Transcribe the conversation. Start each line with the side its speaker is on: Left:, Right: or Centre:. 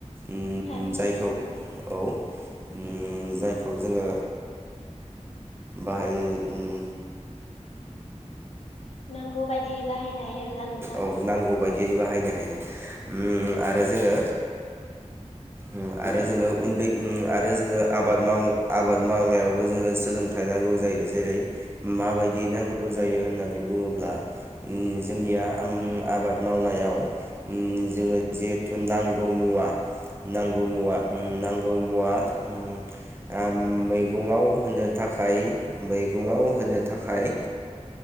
Right: ओम
Left: थारैनो
Right: जायखौ
Left: नंगौ नोंथां
Right: औ ओम जायखौ जोङो बाहाय ओम
Left: नांगौ बायदि बाहायनो हायो आरोना नोंथां
Right: औ नांगौ बायदियै बहायनो हायो उम आरो जोङो उम आरो जोङो उनदै उम आ रो जोङो आबाद माव आबाद मावनायावबो जोङो सोलोंथाइ नांगौ जायो जेरै माबायदि नांगौ जायो होननानै बुङोब्ला ओम जोंनिया आम आबाद मावनायाव ओम जोङो जिहेथु नांगौ मुवा नांगौ मुवा ओम नांगौ मुवा उम आम मैगंआव होनो थाखाय मैगाव होनो थाखाय